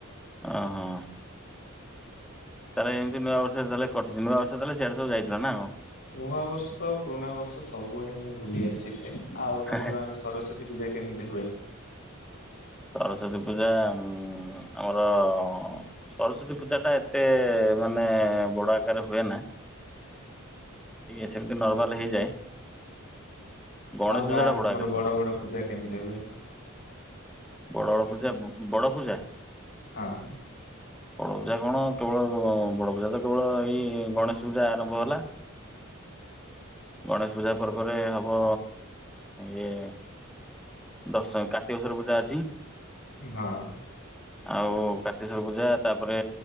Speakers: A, in the centre; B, on the left.
A: ଆହ। ତାହେଲେ ଏମିତି ନୂଆବର୍ଷ ତାହେଲେ କଟିଛି ନୂଆ ବର୍ଷରେ ତା ହେଲେ ସେଆଡେ ସବୁ ଯାଇଥିଲ ନା କଣ?
B: ନୂଆ ବର୍ଷ ପୁରୁଣା ବର୍ଷ ସବୁଆଡେ ମୁଁ ଭୁଲି ଆସିଛି। ଆଉ ତମ
A: ହେ ହେ।
B: ଗାଁ ରେ ସରସ୍ଵତୀ ପୂଜା କେମିତି ହୁଏ?
A: ସରସ୍ଵତୀ ପୂଜା ଆମର ସରସ୍ଵତୀ ପୂଜା ଟା ଏତେ ମାନେ ବଡ ଆକାରରେ ହୁଏ ନାହିଁ ଇଏ ସେମିତି ନର୍ମାଲ ହେଇଯାଏ। ଗଣେଶ
B: ଆଉ ଗାଁ
A: ପୂଜାଟା
B: ରେ
A: ବଡ଼
B: ତୁମର
A: ଆକାରରେ
B: ବଡ
A: ହୁଏ।
B: ବଡ ପୂଜା କେମିତି ହୁଏ?
A: ବଡ଼ ବଡ଼ ପୂଜା କୁ ବଡ ପୂଜା?
B: ହଁ।
A: ବଡ଼ ପୂଜା କଣ କେବଳ ବଡ଼ ପୂଜା ତ କେବଳ ଏଇ ଗଣେଶ ପୂଜା ଆରମ୍ଭ ହେଲା। ଗଣେଶ ପୂଜା ପରେ ପରେ ହବ ଇଏ ଦଶ କାର୍ତ୍ତିକେଶ୍ଵର ପୂଜା ଅଛି।
B: ହଁ।
A: ଆଉ କାର୍ତ୍ତିେକେଶ୍ଵର ପୂଜା ତାପରେ